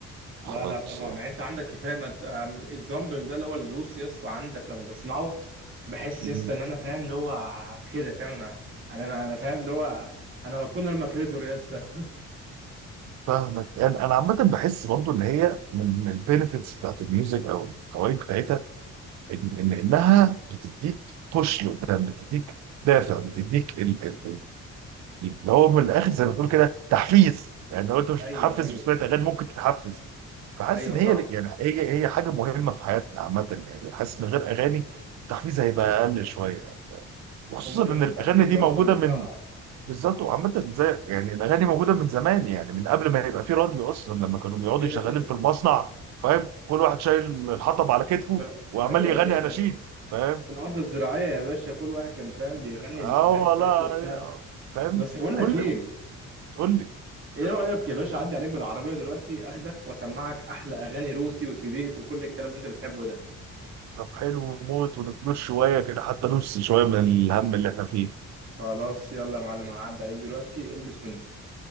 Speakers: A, on the right (about 40°); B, on the right (about 65°).
A: لا
B: خلاص
A: لا طبعا يعني انت عندك كفايه ما الاكزامبل ده اللي هو الروس يا اسطى عندك لما بسمعه بحس
B: يعني
A: يا اسطى ان انا فاهم اللي هو كده فاهم انا انا انا أنا فاهم اللي هو انا كونر ماكريجور يا اسطى <laughs>
B: فاهمك يعني انا عامه بحس برضو ان هي من البينفيتس بتاعت الميوزك او الفوائد بتاعتها إن إن انها بتديك بوش لقدام بتديك دافع بتديك ال- ال- ال- اللي هو من الاخر زي ما بتقول كده تحفيز يعني لو انت مش
A: ايوه
B: بتحفز
A: ايوه
B: بسمعة اغاني ممكن تتحفز فحاسس
A: ايوه
B: ان
A: صح
B: هي يعني هي هي حاجه مهمه في حياتنا عامه يعني حاسس من غير اغاني التحفيز هيبقى اقل شويه وخصوصا
A: ومش هيبقى
B: ان
A: فيه
B: الاغاني
A: تحفيز
B: دي
A: اصلا
B: موجوده
A: بصراحه
B: من بالظبط وعامة زي يعني الأغاني موجودة من زمان يعني من قبل ما يبقى في راديو أصلا لما كانوا بيقعدوا
A: كده
B: شغالين
A: كده <laughs>
B: في المصنع فاهم كل واحد شايل الحطب على كتفه
A: ف...
B: وعمال
A: ايوه
B: يغني
A: يا باشا
B: أناشيد فاهم
A: في الارض الزراعيه يا باشا كل واحد كان فاهم بيغني
B: اه
A: الاغاني
B: والله
A: بتاعته وبتاع
B: فاهم
A: بس بقول
B: كل
A: لك ايه
B: تقول لي
A: ايه رايك يا باشا اعدي عليك بالعربيه دلوقتي اخدك واسمعك احلى اغاني روسي وتوليت وكل الكلام اللي انت بتحبه ده
B: طب حلو موت ونفلوس شوية كده حتى نفس شوية من الهم اللي احنا فيه
A: خلاص يلا يا معلم هعدي عليك دلوقتي البس وانزل